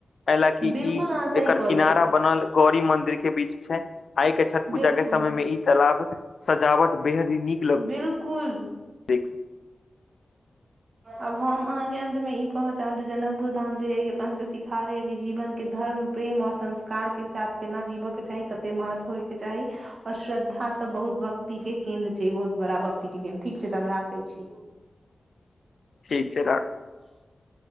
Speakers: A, on the left; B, on the right.
A: एलाकि
B: बिलकुल
A: ई
B: अहाँ सही
A: एकर
B: कहलौ
A: किनारा बनल गौरी मंन्दिर के बीच छै आइ के छठ पूजा
B: बिल्कुल
A: के समय मे ई तलाब सजावट बेहद नीक
B: बिल्कुल
A: ठीक
B: आब हम अहाँके अन्तमे ई कहय चाहब जे जनकपुर धाम जे यइ अपना सभके सिखाबैए कि जीवनके धर्म प्रेम और संस्कार के साथ केना जीवय के चाही कते महत्व होय के चाही ओर श्रद्धा सब बहुत भक्ति के केन्द्र छै बहुत बड़ा भक्ति के केन्द्र ठीक छै तऽ हम राखै छी
A: ठीक छै राख
B: <unintelligible>